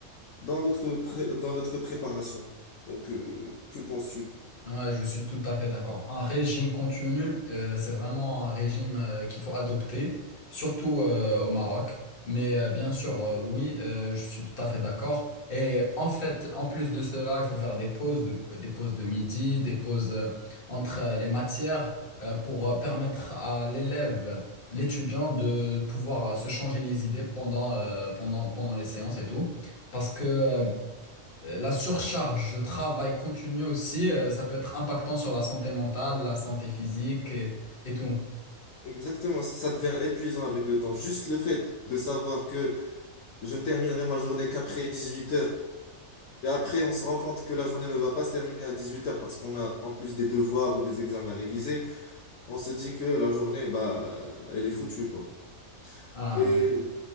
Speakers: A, on the left; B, on the left.
A: dans notre pré- dans notre préparation. Donc, euh, que penses-tu?
B: Ouais, je suis tout à fait d'accord. Un régime continu, euh, c'est vraiment un régime euh, qu'il faut adopter, surtout euh, au Maroc. Mais euh, bien sûr, euh,
A: Mhm.
B: oui, euh, je suis tout à fait d'accord. Et en fait, en plus de cela, il faut faire des pauses, de- des pauses de midi, des pauses euh, entre euh, les matières euh, pour euh, permettre à l'élève, l'étudiant, de pouvoir euh, se changer les idées pendant, euh, pendant, pendant les séances et tout. Parce que euh, euh, La surcharge de travail continue aussi, euh, ça peut être impactant sur la santé mentale, la santé physique et, et tout.
A: Exactement, ça ça devient épuisant avec le temps. Juste le fait de savoir que je ne terminerai ma journée qu'après dix-huit heures et après on se rend compte que la journée ne va pas se terminer à 18 heures parce qu'on a en plus des devoirs ou des examens à réviser, on se dit que la journée bah elle est foutue quoi.
B: Ah
A: Et
B: oui.